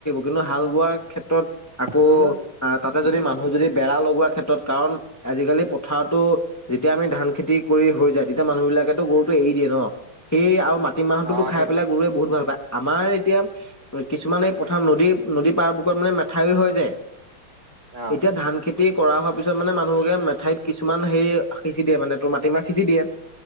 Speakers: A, on the left; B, on the right.
A: কিন্তু হাল বোৱাৰ ক্ষেত্ৰত আকৌ
B: ধৰি লও
A: তাতে যদি মানুহ যদি বেৰা লগোৱা ক্ষেত্ৰত কাৰণ আজিকালি পথাৰতো যেতিয়া আমি ধান খেতি কৰি হৈ যায় তেতিয়া মানুহ বিলাকে গৰুটো এৰি দিয়ে ন সেই আৰু মাটিমাহতোতো
B: অ
A: খাই
B: সেইটোৱে
A: পেলাই আমাৰ এতিয়া কিছুমান এই পথাৰ নদী নদী পাৰ বুকত মানে মেঠাওৰী হৈ যায়
B: অ
A: এতিয়া ধান খেতি কৰা হোৱা পিছত মানে মানুহকে মেঠাইত কিছুমান সেই সিঁচি দিয়ে মানে তোৰ মাটিমাহ সিঁচি দিয়ে